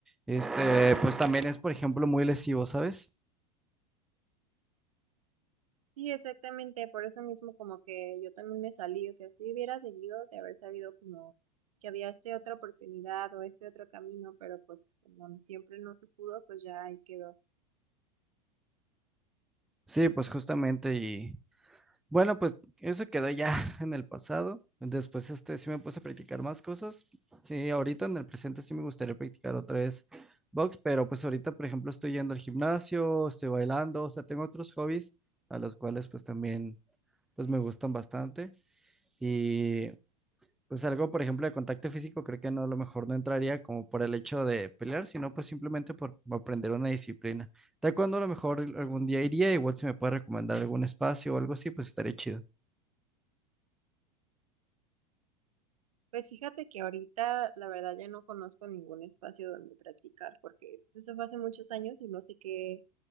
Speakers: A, in the centre; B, on the right (about 65°).
A: este, pues también es, por ejemplo, muy lesivo, ¿sabes?
B: Sí, exactamente, por eso mismo como que yo también me salí, o sea, si hubiera seguido de haber sabido como que había esta otra oportunidad o este otro camino, pero pues como siempre no se pudo, pues ya ahí quedó.
A: Sí, pues justamente Bueno, pues eso quedó ya <laughs> en el pasado. Después este sí me puse a practicar más cosas. Sí, ahorita en el presente sí me gustaría practicar otra vez box, pero pues ahorita, por ejemplo, estoy yendo al gimnasio, estoy bailando, o sea, tengo otros hobbies a los cuales pues también pues me gustan bastante y pues algo, por ejemplo, de contacto físico, creo que no a lo mejor no entraría como por el hecho de pelear, sino pues simplemente por aprender una disciplina. Taekwondo a lo mejor algún día iría, igual si me puede recomendar algún espacio o algo así, pues estaría chido.
B: Pues fíjate que ahorita la verdad ya no conozco ningún espacio donde practicar porque pues eso fue hace muchos años y no sé qué